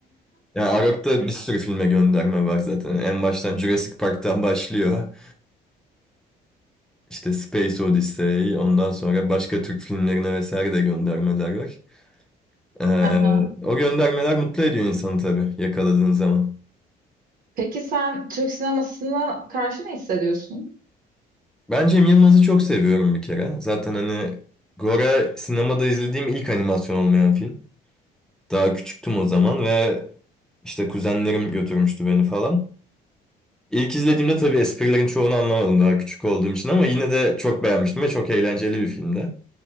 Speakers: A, in the centre; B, on the right.
A: Yani Arok'ta bir sürü filme gönderme var zaten. En baştan Jurassic Park'tan başlıyor. İşte Space Odyssey, ondan sonra başka Türk filmlerine vesaire de göndermeler var. Ee,
B: <laughs> Aha.
A: o göndermeler mutlu ediyor insanı tabii yakaladığın zaman.
B: Peki sen Türk sinemasına karşı ne hissediyorsun?
A: Ben Cem Yılmaz'ı çok seviyorum bir kere. Zaten hani Gora sinemada izlediğim ilk animasyon olmayan film. Daha küçüktüm o zaman ve işte kuzenlerim götürmüştü beni falan. İlk izlediğimde tabii esprilerin çoğunu anlamadım daha küçük olduğum için ama yine de çok beğenmiştim ve çok eğlenceli bir filmdi.